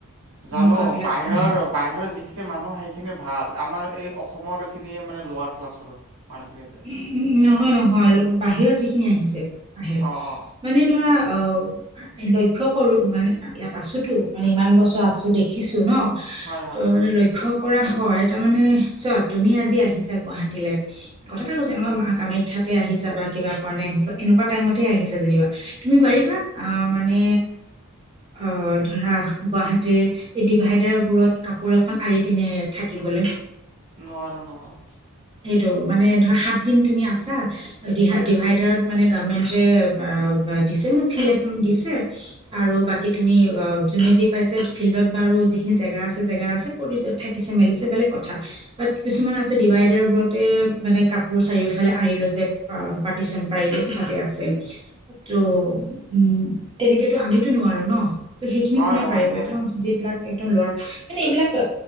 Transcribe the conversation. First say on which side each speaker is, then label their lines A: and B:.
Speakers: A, on the right; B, on the right.
A: জানো
B: এনেকুৱাবিলাক
A: বাহিৰৰ,
B: আহে।
A: বাহিৰৰ যিখিনি মানুহ সেইখিনি ভাল। আমাৰ এই অসমৰ এইখিনিয়ে মানে লোৱাৰ ক্লাছৰ। মানুহখিনি যায়
B: উ নহয়-নহয় বাহিৰত যিখি আহিছে আহে
A: অঁ অঁ
B: মানে ধৰা অ লক্ষ্য কৰো মানে, ইয়াত আছোতো। মানে ইমান বছৰ
A: উম,
B: আছো দেখিছো ন,
A: হয় হয়
B: ত' মানে লক্ষ্য কৰা হয়, তাৰমানে চোৱা তুমি আজি আহিছা গুৱাহাটীলে কথা
A: উম
B: এটাকৈছে নহয়, মা কামাখ্ শিক্ষাতে আহিছা বা কিবা কাৰণে আহিছা, এনেকুৱা টাইমতে আহিছে যেনিবা। তুমি
A: উম,
B: পাৰিবা, অ মানে অ ধৰা গুৱাহাটীৰ, এই ডিভাইডাৰ বোৰত কাপোৰ এখন আৰি পিনে থাকিবলৈ
A: নোৱাৰো-নোৱাৰো।
B: সেইটো মানে ধৰা সাত দিন তুমি আছা, ডি ডিভাইডাৰত মানে গ যে আ আ মানে ফিল্ড এখন দিছে আৰু বাকি তুমি অ যোনে যি পাইছে ফিল্ডত বাৰু যিখিনি জেগা আছে, জেগা আছে, থাকিছে-মেলিছে বেলেগ কথা, ব কিছুমান আছে ডিভাইডাৰ মানে কাপোৰ চাৰিওফালে আৰি লৈছে পাৰ্টিচন পাৰি লৈছে তাতে আছে ত' উম তেনেকেতো আমিতো নোৱাৰো ন। ত' সেইখিনি
A: হয়
B: কোনে
A: হয়
B: পাৰিব
A: হয়
B: এটা যিবিলাক এইবিলাক